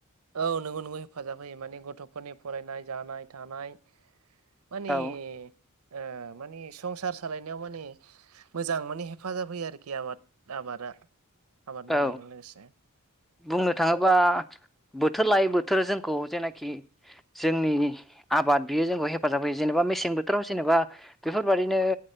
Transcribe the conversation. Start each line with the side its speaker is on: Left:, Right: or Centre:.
Right: औ नोंगौ नोंगौ हेफाजाब होयो माने गथ'फोरनि फरायनाय जानाय थानाय मानि
Centre: औ
Right: ओ माने संसार सालायनायाव माने मोजां माने हेफाजाब होयो आरोखि आबाद आबादा आबाद
Centre: औ
Right: मावनायजों लोगोसे
Centre: बुंनो थाङोबा बोथोर लायै बोथोर जोंखौ जेनाखि जोंनि आबाद बियो जोंखौ हेफा हेफाजाब होयो जेनेबा मेसें बोथोराव जेनेबा बेफोरबाददिनो